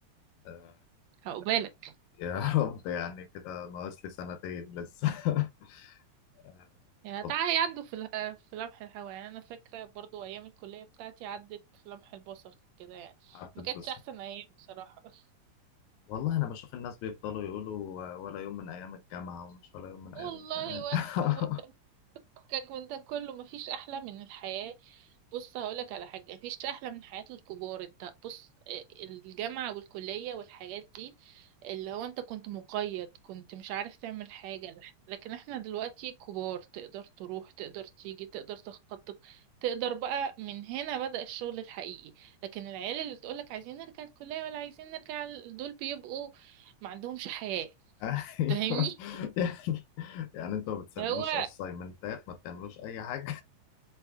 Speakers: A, on the left; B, on the right.
A: آه،
B: هقبالك
A: يا <laughs> رب يعني كده ناقص لي سنتين لسه <laughs> آه،
B: يا تعالى
A: طب
B: يعدوا في اله- في لمح الهوا يعني انا فاكره برضو ايام الكليه بتاعتي عدت في لمح البصر كده يعني
A: عدت
B: ما
A: بس
B: كانتش احسن ايام بصراحه <laughs>
A: والله أنا بشوف الناس بيفضلوا يقولوا آه، ولا يوم من أيام الجامعة ومش ولا يوم من
B: والله
A: أيام الجامعة
B: ولا
A: <laughs>
B: فكك من ده كله مفيش احلى من الحياة بص هقولك على حاجة مفيش احلى من حياة الكبار انت بص آه، الجامعة والكلية والحاجات دي اللي هو انت كنت مقيد كنت مش عارف تعمل حاجة لكن احنا دلوقتي كبار تقدر تروح تقدر تيجي تقدر تخطط تقدر بقى من هنا بدأ الشغل الحقيقي لكن العيال اللي تقولك عايزين نرجع الكلية ولا عايزين نرجع ال- دول بيبقوا ما عندهمش حياة
A: أيوه
B: فاهمني
A: يعني يعني انتوا ما بتسلموش
B: اللي هو
A: أسايمنتات ما بتعملوش أي حاجة